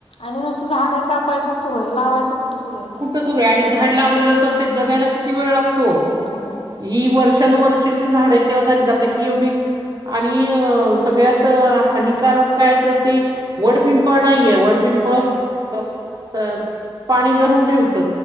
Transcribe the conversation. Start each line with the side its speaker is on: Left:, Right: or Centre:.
Left: आणि नुसतं झाड कापायचं सुरू आहे लावायचं कुठं सुरु आहे ते
Right: कुठं सुरू आहे आणि झाड लावलं तर ते जगायला किती वेळ लागतो.
Left: हो.
Right: ही वर्षानुवर्षाची झाड आहे तेव्हा झाली आता ही एवढी आणि सगळ्यात हानिकारक काय त ते वडपिंपळ नाहीये वडपिंपळ अ पाणी धरून ठेवत.